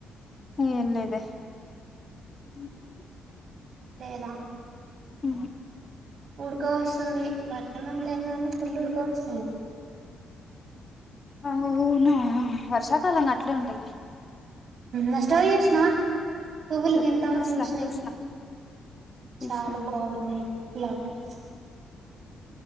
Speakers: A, on the left; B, on the right.
A: న ఇల్ ఇద అ
B: లేదా
A: ఉహ
B: ఉడుకో వస్తుంది వర్షమం లేదుని ఫుల్ ఉడుకో వస్తుంది
A: అనా వర్షాకాలం అట్లే ఉంటంది
B: నష్టమే చేసినవా పువ్వులు
A: చూడలే
B: వింతా అని
A: చూసిన
B: చూసినాయి
A: చూసిన చూసిన
B: చాలా బా ఆర్గనైట్ ఫ్లావర్స్